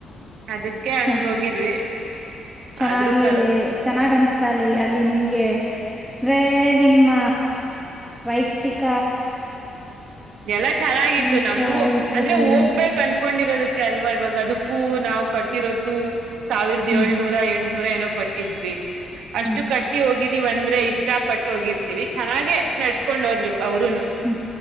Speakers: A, on the right; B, in the centre.
A: ಅದಕ್ಕೆ ಹಂಗ
B: ಚ
A: ಹೋಗಿದ್ವಿ
B: ಚೆನ್ನಾಗಿ
A: ಆದ್ರೂ ಪರ್
B: ಚೆನ್ನಾಗ್ ಅನ್ಸ್ತ ತ್ತಾಲ ಅಲ್ಲಿ ನಿಮ್ಗೆ ರೇ ನಿಮ್ಮ ವೈಯಕ್ತಿಕ
A: ಎಲ್ಲ ಚೆನ್ನಾಗಿತ್ತು
B: ಅಹ್,
A: ನಮಗು
B: ಇದ್ರದ್ದು
A: ಅಂದ್ರೆ ಹೋಗ್ಬೇಕನ್
B: ಏ-
A: ಕೊಂಡಿರೋದಕ್ಕೆ ಅಲ್ವಾ ಇವಾಗ ಅದಕ್ಕೂ ನಾವು ಕಟ್ಟಿರೋದು ಸಾವಿರದ
B: ಹ್ಮ್
A: ಏಳ್ನೂರ ಎಂಟು ನೂರ ಏನೋ ಕೊಟ್ಟಿದ್ವಿ ಅಷ್ಟು
B: ಹ್ಮ್
A: ಕಟ್ಟಿ ಹೋಗಿದ ಇಷ್ಟ ಪಟ್ಟು ಹೋಗಿರ್ತೀವಿ ಚೆನ್ನಾಗೆ ನಡ್ಸ್ಕೊಂಡ್ ಹೋದ್ರು ಅವರುೂನು
B: ಹ್ಮ್